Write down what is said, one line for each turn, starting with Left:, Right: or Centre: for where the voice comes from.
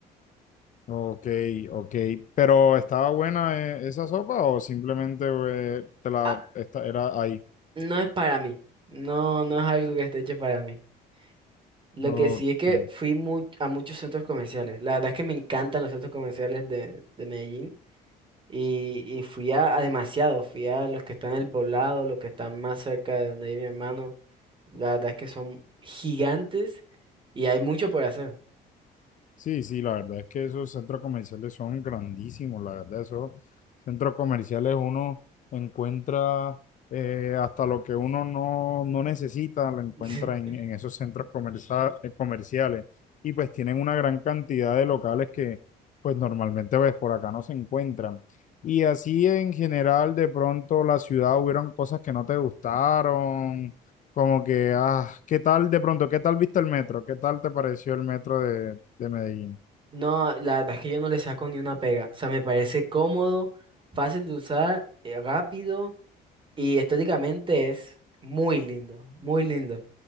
Left: Ok, ok. Pero ¿estaba buena eh, esa sopa o simplemente eh, te la
Right: Ah,
Left: esta, era ahí?
Right: no es para mí. No, no es algo que esté hecho para mí. Lo
Left: Ok.
Right: que sí es que fui mu- a muchos centros comerciales. La verdad es que me encantan los centros comerciales de, de Medellín. Y, y fui a, a demasiados, fui a los que están en el poblado, los que están más cerca de donde vive mi hermano. La verdad es que son gigantes y hay mucho por hacer.
Left: Sí, sí, la verdad es que esos centros comerciales son grandísimos, la verdad, esos centros comerciales uno encuentra eh, hasta lo que uno no, no necesita, lo encuentra
Right: <laughs>
Left: en, en esos centros comerza- eh, comerciales y pues tienen una gran cantidad de locales que pues normalmente pues por acá no se encuentran. Y así en general de pronto la ciudad hubieron cosas que no te gustaron como que, ah, ¿qué tal de pronto? ¿Qué tal viste el metro? ¿Qué tal te pareció el metro de, de Medellín?
Right: No, la verdad es que yo no le saco ni una pega. O sea, me parece cómodo, fácil de usar, eh, rápido y estéticamente es muy lindo, muy lindo.